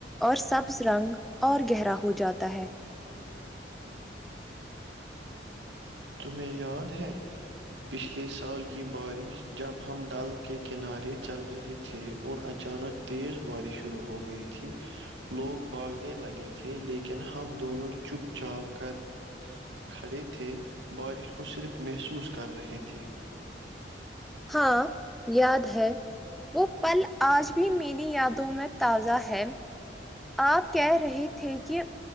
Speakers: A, in the centre; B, on the right.
A: اور سبز رنگ اور گہرا ہو جاتا ہے
B: تمہیں یاد ہے پچھلے سال کی بارش جب ہم ڈل کے کنارے چل رہے تھے اور اچانک تیز بارش شروع ہو گئی تھی لوگ بھاگنے لگے تھے لیکن ہم دونوں چپ چاپ کر کھڑے تھے بارش کو صرف محسوس کر رہے تھے
A: ہاں یاد ہے وہ پل آج بھی میری یادوں میں تازہ ہے آپ کہہ رہے تھے کہ